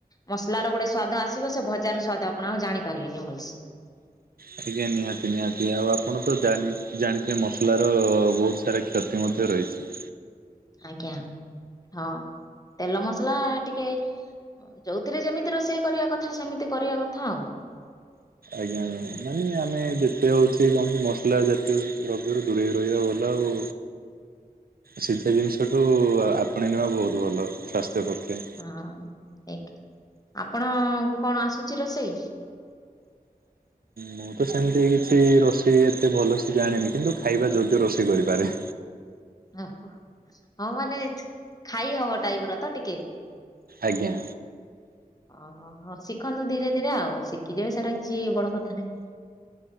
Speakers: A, on the left (about 25°); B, on the right (about 75°).
A: ମସଲାର ଗୋଟେ ସ୍ଵାଦ ଆସିବ ସେ ଭଜାର ସ୍ଵାଦ ଆପଣ ଆଉ ଜାଣି ପାରିବେନି ଭଲସେ।
B: ଆଜ୍ଞା ନିହାତି ନିହାତି ଆଉ ଆପଣ ତ ଜାନି ଜାଣିଥିବେ ମସଲା ର ବହୁତ ସାରା କ୍ଷତି ମଧ୍ୟ ରହିଛି।
A: ଆଜ୍ଞା ହଁ ତେଲ ମସଲା ଟିକେ, ଯୋଉଥିରେ ଯେମିତି ରୋଷେଇ କରିବା କଥା ସେମିତି କରିବା କଥା ଆଉ।
B: ଆଜ୍ଞା ଆଜ୍ଞା ମାନେ ଆମେ ଯେତେ ହଉଛି କଣ କି ମସଲା ଜାତୀୟ ଦ୍ରବ୍ୟରୁ ଦୂରେଇକି ରହିବା ଭଲ ଆଉ।
A: <inaudible>
B: ସିଜା ଜିନିଷଠୁ ଆ ଆପଣେଇ ନେବା ବହୁତ ଭଲ ସ୍ୱାସ୍ଥ୍ୟ ପକ୍ଷେ।
A: ହଁ ଏକ ଆପଣଙ୍କୁ କଣ ଆସୁଛି ରୋଷେଇ?
B: ମୁଁ ତ ସେମିତି କିଛି ରୋଷେଇ ଏତେ ଭଲ ସେ ଜାଣିନି କିନ୍ତୁ ଖାଇବା ଯୋଗ୍ୟ ରୋଷେଇ କରିପାରେ।
A: <unintelligible> ଓୋ ହଁ ମାନେ ଖାଇ ହବ ଟାଇପ ର ତ ଟିକେ।
B: ଆଜ୍ଞା।
A: ଓହୋ ହ ଶିଖନ୍ତୁ ଧୀରେ ଧୀରେ ଆଉ ଶିଖିଯିବେ ସେଟା କିଛି ବଡ କଥା ନାହିଁ।